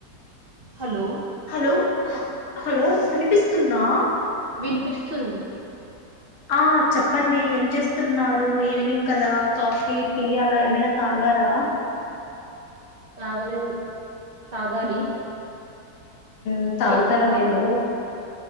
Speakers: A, on the right (about 65°); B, on the left (about 50°).
A: హలో
B: హలో అహ్ హలో వినిపిస్తుందా
A: వినిపిస్తుంద్
B: ఆ చెప్పండి ఏం చేస్తున్నారు, ఈవినింగ్ కదా కాఫీ టీ అలా ఏమైనా తాగారా
A: తాగలేదు తాగాలి
B: ఉ ఉ తాగుతారా
A: చేసుకోవాలి
B: మీరు